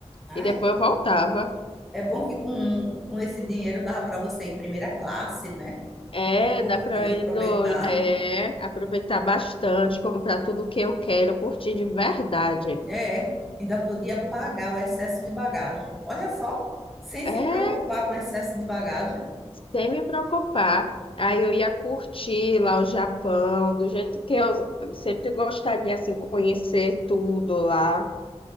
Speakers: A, in the centre; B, on the left.
A: Ah,
B: E depois
A: era.
B: eu voltava.
A: É bom que com, com esse dinheiro dava para você ir primeira classe, né?
B: É,
A: Curtindo,
B: dá para eu
A: aproveitar.
B: ir do, é, aproveitar bastante, comprar tudo que eu quero, curtir de verdade.
A: É, ainda podia pagar o excesso de bagagem. Olha só, sem
B: É,
A: se preocupar com excesso de bagagem,
B: sem me preocupar. Aí eu ia curtir lá o Japão, do jeito que eu sempre gostaria, assim, conhecer tudo lá.